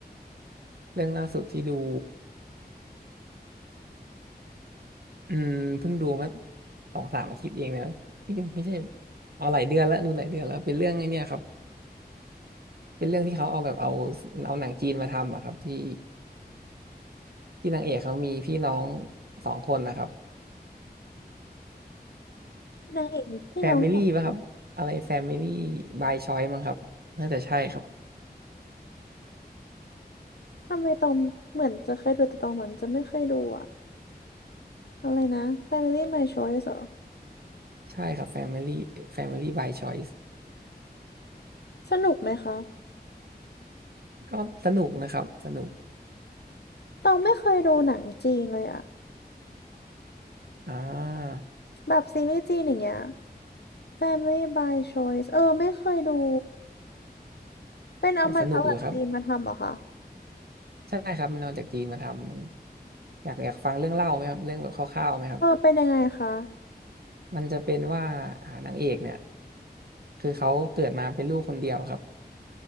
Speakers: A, on the right; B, on the left.
A: เรื่องล่าสุดที่ดู อืมเพิ่งดูมาสองสามอาทิตย์เองนะนี่ไม่ใช่เอาหลายเดือนแล้วดูหลายเดือนแล้วเป็นเรื่องไอ้เนี่ยครับเป็นเรื่องที่เขาเอาแบบเอาเอาหนังจีนมาทำอะครับที่ที่นางเอกเขามีพี่น้องสองคนนะครับ
B: นางเอกมีพี่น้องสองคน
A: แฟมิลี่ป่ะครับอะไรแฟมิลี่บายชอยมั้งครับน่าจะใช่ครับ
B: ทำไมตองเหมือนจะเคยดูแต่ตองเหมือนจะไม่เคยดูอะอะไรนะ Family My Choice เหรอ
A: ใช่ครับแฟมิลี่แฟมิลี่บายชอยส์
B: สนุกไหมคะ
A: ก็สนุกนะครับสนุก
B: ตองไม่เคยดูหนังจีนเลยอะ
A: อ่า
B: แบบซีรีส์จีนอย่างเงี้ย Family by Choice เออไม่เคยดูเป็นเอามันเอาหนังจีนมาทำเหรอคะ
A: แต่สนุกอยู่ครับใช่ครับมันเอาจากจีนมาทำมันอยากอยากฟังเรื่องเล่าไหมครับเรื่องแบบคร่าวๆไหมครับ
B: เออเป็นยังไงคะ
A: มันจะเป็นว่าอ่านางเอกเนี่ยคือเขาเกิดมาเป็นลูกคนเดียวครับ